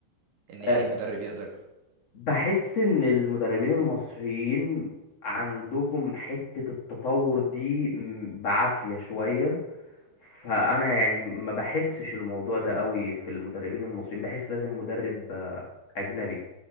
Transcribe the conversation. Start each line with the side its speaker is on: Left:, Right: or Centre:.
Right: ان اي
Left: آه،
Right: مدرب يقدر
Left: بحس ان المدربين المصريين عندهم حته التطور دي م، بعافيه شويه فانا يعني ما بحسش الموضوع ده قوي في المدربين المصريين بحس لازم مدرب آه، اجنبي